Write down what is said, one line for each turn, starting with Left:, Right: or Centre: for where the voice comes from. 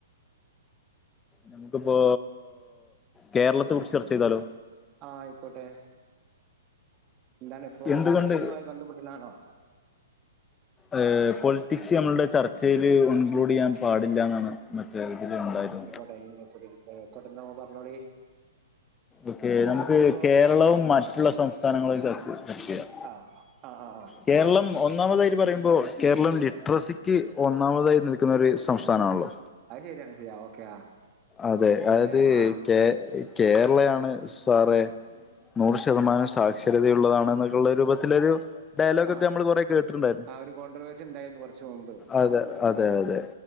Left: നമുക്കിപ്പോ കേരളത്തെ കുറിച്ച് ചർച്ച ചെയ്താലോ
Right: ആഹ് ആയിക്കോട്ടെ എന്താണ് ഇപ്പോ
Left: എന്തുകൊണ്ട്
Right: എലക്ഷനുമായി ബന്ധപ്പെട്ടിട്ടാണോ
Left: ആഹ് പോളിറ്റിക്സ് ഞമ്മളുടെ ചർച്ചേല് ഒൺ ഇക്ലൂഡ് ചെയ്യാൻ പാടില്ല എന്നാണ് മറ്റേ ഇതിൽ ഉണ്ടായത്
Right: <unintelligible> ക്കോട്ട നിങ്ങൾ പറഞ്ഞോളി
Left: ഓക്കെ
Right: മൊത്തത്തിലിപ്പോ
Left: നമുക്ക് കേരളവും മറ്റുള്ള സംസ്ഥാനങ്ങളും ചർച്ച ചർച്ച ചെയ്യാം
Right: ആഹ ആഹ് ആഹ് ആഹ്
Left: കേരളം ഒന്നാമതായിട്ട് പറയുമ്പോൾ കേരളം ലിറ്ററസിക്ക് ഒ ഒന്നാമതായി നിൽക്കുന്നൊരു സംസ്ഥാനമാണല്ലോ
Right: അഹ് ശരിയാണ് ശരിയാ ഓക്കെ ആ
Left: അതെ
Right: പക്ഷെ
Left: അതായത്
Right: ആ
Left: കേ കേരളയാണ് സാറെ നൂറ് ശതമാനം സാക്ഷരത ഉള്ളതാണെന്നൊക്കെയുള്ള രൂപത്തിലൊരു ഡയലോഗ
Right: ആ
Left: ഒക്കെ നമ്മൾ കൊറെ കേട്ടിട്ടുണ്ടായിരുന്നു
Right: ആ ഒരു കോൺട്രവേഴ്സി ഉണ്ടായിരുന്നു കുറച്ചു മുമ്പ്
Left: അതെ അതെ അതെ